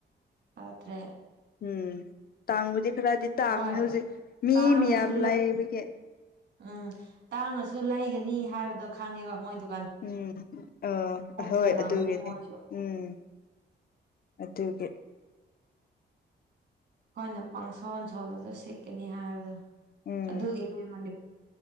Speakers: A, on the right (about 65°); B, on the left (about 50°).
A: ꯇꯥꯗꯔꯦ
B: ꯎꯝ ꯇꯥꯡꯕꯗꯤ ꯈꯔꯗꯤ ꯇꯥꯡꯉꯅꯤ
A: ꯍꯣꯏ
B: ꯍꯧꯖꯤꯛ ꯃꯤ
A: ꯇꯥꯡꯉꯁꯨ
B: ꯃꯌꯥꯝ ꯂꯩꯕꯒꯤ
A: ꯎꯝ ꯇꯥꯡꯉꯁꯨ ꯂꯩꯒꯅꯤ ꯍꯥꯏꯕꯗꯣ ꯈꯪꯉꯦꯕ ꯃꯣꯏꯗꯣ
B: ꯎꯝ ꯑ ꯑꯍꯣꯏ
A: ꯁꯥꯟꯅꯕꯅꯦ
B: ꯑꯗꯨꯒꯤꯅꯤ
A: ꯃꯣꯏꯁꯨ
B: ꯎꯝ ꯑꯗꯨꯒꯤ
A: ꯃꯣꯏꯅ ꯄꯪꯁꯣꯟ ꯁꯣꯜꯂꯁꯨ ꯁꯤꯠꯀꯅꯤ ꯍꯥꯏꯕꯗꯣ
B: ꯎꯝ
A: ꯑꯗꯨꯒꯤꯅꯤ